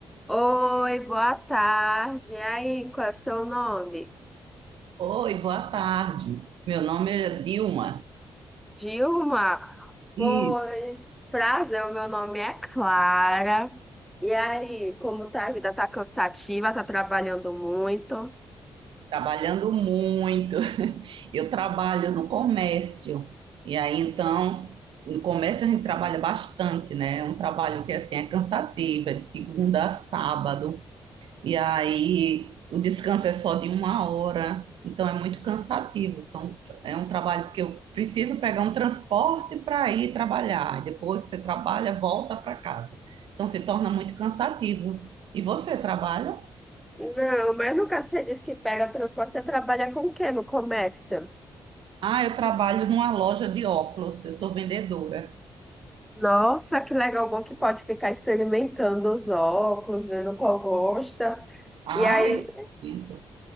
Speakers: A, in the centre; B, on the right.
A: Oi, boa tarde. E aí, qual é o seu nome?
B: Oi, boa tarde. Meu nome é Dilma
A: Dilma? Pois,
B: e
A: prazer, o meu nome é Clara. E aí, como tá a vida? Tá cansativa? Tá trabalhando muito?
B: trabalhando muito. <laughs> Eu trabalho no comércio e aí então no comércio a gente trabalha bastante, né? É um trabalho que assim é cansativo, é de segunda a sábado. E aí o descanso é só de uma hora, então é muito cansativo. São, é um trabalho porque eu preciso pegar um transporte para ir trabalhar. E depois você trabalha, volta para casa. Então se torna muito cansativo. E você trabalha?
A: Não, mas no caso você disse que pega transporte, você trabalha com o quê no comércio?
B: Ah, eu trabalho numa loja de óculos, eu sou vendedora.
A: Nossa, que legal, bom que pode ficar experimentando os óculos, vendo qual gosta.
B: Ah,
A: E aí,
B: isso é lindo.